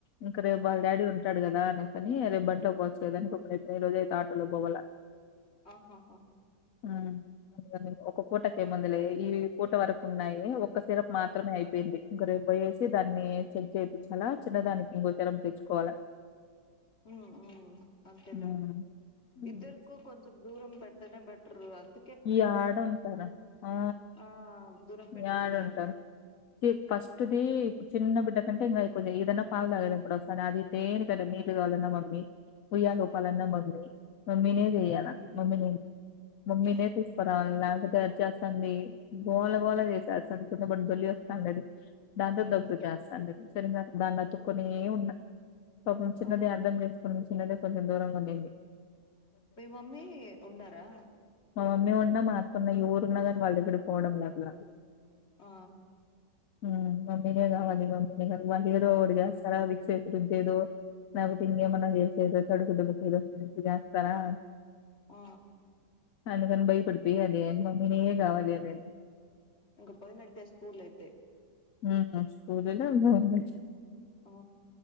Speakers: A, on the left; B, on the left.
A: ఇంక రేపు వాళ్ళ
B: ఆ
A: డాడీ ఉంటాడు కదా అని కానీ రేపు బంట్లో పోచ్చలేదాకై ఈ రజ అ బవల్
B: ఆహాహా
A: హ్మ్. ఒక పూటక ఏముందులే ఈ పూట వరకు ఉన్నాయి ఒక సిరప్ మాత్రమే అయిపోయింది ఇంక రేపు పోయేసి దాన్ని చెక్ చేయి చాలా చిన్నదానికి ఇంకోతరం తెచ్చుకోవాలి
B: ఉ అంతేలే
A: హ్మ్. హ్మ్.
B: ఇద్దరుకు కొంచెం దూరం పెట్ బెటరు అంత
A: ఈ ఆడ ఉంటారు ఆ
B: ఆ దూరం పెట్టినిండాల
A: యాడ ఉంటారు ఫస్ట్దిప్పుడు చిన్న బిడ్డ కంటే ఇంకా ఇకు ఏదన్నా పాలు తాగడు అప్పుడు ఒసారి అది దేనికి అది నీలు కావాలన్నా మమ్మీ పోయా లోపాలన్న
B: ఉమ్
A: మమ్మీ మమ్మినే చేయ్యాలా మమ్మినే మమ్మినే
B: ఉమ్
A: మరి లేకపోతే అది చేస్తాంది గోల గోళ చేసా అసలు కిందపడి తొల్లి వస్తాండ అది దాంతో
B: ఉమ్
A: దబ్బగు చేస్తాండ సరిగా దాని అత్తుకొనే ఉన్న పాపం చిన్నది
B: ఆ
A: అర్థం చేసుకుని చిన్నది కొంచెం దూరంగా ఉండేది
B: మీ మమ్మీ ఉండారా
A: మా మమ్మీ ఉన్నా మా అత్తమ్మ ఎవరు ఉన్నా కానీ వాళ్ళ దగ్గర పోడంలే అట్లా
B: ఆ
A: ఉ మమ్మినే కావాలి మమ్మినే కా వాళ్లు ఏదోకటి చేస్తారా విసేరుద్దేదో లేకపోతే ఏమన్నా చేసేదో తడుగు దొడుగుకేద చేస్తారా
B: ఆ
A: అందుకని భయపడిపోయి అది మమ్మినే కావాలి అనేది
B: ఇంకా పోయినట్టే స్కూలు అయితే
A: ఉహు స్కూలు లే ఇప్పుడే పంపించు
B: ఆ